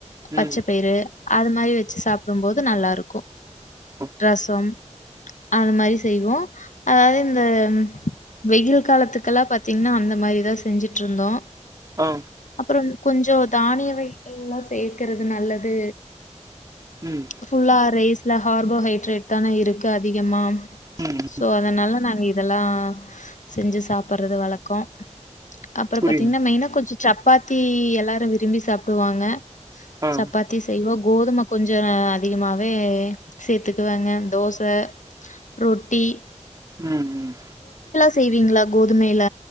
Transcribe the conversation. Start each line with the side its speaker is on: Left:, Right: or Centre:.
Left: பச்சப்
Right: ம்
Left: பயிறு அது மாரி வெச்சு சாப்டும்போது நல்லாருக்கு
Right: ஓ
Left: ரசம் அது மாரி செய்வோ அதாது இந்த ம் வெயில் காலத்துக்கெல்லா பாத்தீங்ன்னா அந்த மாரிதா ஸ் செஞ்சிட்ருந்தோ
Right: ஆ
Left: அப்புறோ கொஞ்சோ தானிய <inaudible> சேக்கறது நல்லது
Right: ம்
Left: ஃபுல்லா ரேஸ் ல்ல ஹார்போஹைட்ரேட் தான இருக்கு அதிகமா
Right: ம்
Left: சோ அதனால நாங்க இ இதெல்லா செஞ்சு சாப்பட்றது வழக்கோ அப்பறோப்
Right: புரியுது
Left: பாத்தீங்ன்னா மெயினா கொஞ்சு சப்பாத்தி எல்லாரு விரும்பி சாப்டுவாங்க
Right: ஆ
Left: சப்பாத்தி செய்வோ கோதும கொஞ்ச அதிகமாவே சேத்துக்குவேங்க தோச ரொட்டி
Right: ம் ம்
Left: செய்வீங்ளா கோதுமைல